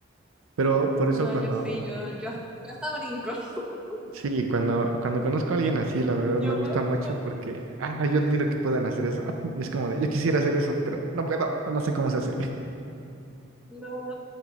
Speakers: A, on the right; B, in the centre.
A: Pero por eso
B: No,
A: cuando,
B: yo sí, yo, yo, yo hasta brinco. <laughs>
A: sí, cuando, cuando conozco a alguien así, la verdad
B: Yo
A: me gusta
B: parezco,
A: mucho porque, ah, yo admiro que puedan hacer eso. <laughs> Es como de, yo quisiera hacer eso, pero no puedo, o no sé cómo se hace.
B: no.